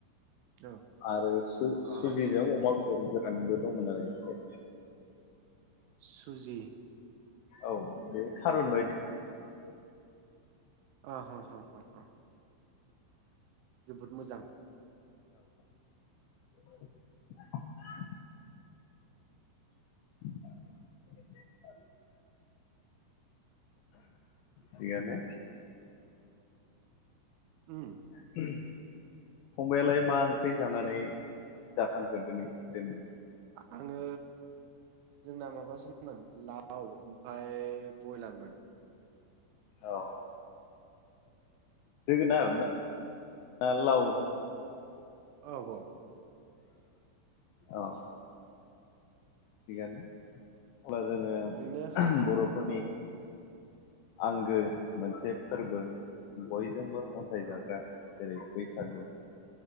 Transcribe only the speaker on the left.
आरो सु-सुजिजों
अमा बेदरजों <unintelligible> दंमोन आरो एसे
औ बे खारन बाय
<inaudible> <inaudible> थिगानो।
<inaudible> फंबाइ आलाय मा ओंख्रि जानानै जाखांदो दोनै दोनै
औ। जोगोनार
ना ओ लाव
औ। गैयाना? अब्ला जोङो
बर'फोरनि
आंगो मोनसे फोरबो बयजोंबो अनसायजाग्रा
जेरै बैसागु